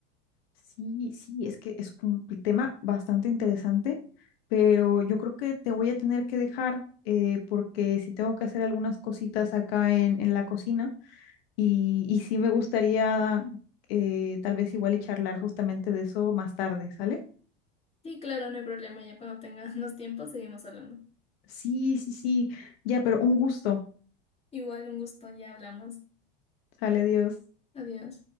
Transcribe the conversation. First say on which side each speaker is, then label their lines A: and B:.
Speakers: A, on the left (about 80°); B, on the left (about 20°).
A: Sí, sí, es que es un tema bastante interesante, pero yo creo que te voy a tener que dejar eh, porque si tengo que hacer algunas cositas acá en, en la cocina. Y, y sí me gustaría eh, tal vez igual y charlar justamente de eso más tarde, ¿sale?
B: Sí, claro, no hay problema. Ya cuando tengas <laughs> los tiempos seguimos hablando.
A: Sí, sí, sí, ya, pero un gusto.
B: Igual, un gusto, ya hablamos.
A: Sale, Dios
B: Adiós.